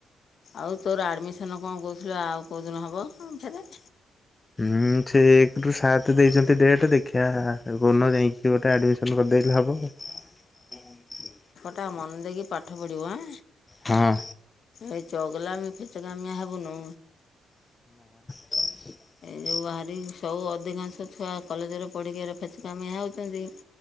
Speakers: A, on the left; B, on the left.
A: ଆଉ ତୋର ଆଡ଼ମିସନ କ ଣ କହୁଥିଲ? ଆଉ କେଉଁଦିନ ହେବ କଣ?
B: ହୁଁ ସେ ଏକ ରୁ ସାତ ଦେଇଛନ୍ତି ଡେଟ ଦେଖିବା କଉଦିନ ଯାଇକି। ସେ ଗୋଟେ ଆଡ଼ମିସନ୍ କରିଦେବି ବୋଲି ଭାବୁଛି।
A: ତା ମନ ଦେଇକି ପାଠ ପଢ଼ିବ ଆଁ।
B: ହଁ
A: ଏ ଚଗଲାମି ଫେଚକାମିଆ ହବୁନୁ।
B: <unintelligible>
A: ଯେଉଁ ବାହାରି ସଉ ଅଧିକାଂଶ ଛୁଆ କଲେଜରେ ପଢ଼ିକିରି ଫେଚକାମିଆ ହେଉଛନ୍ତି।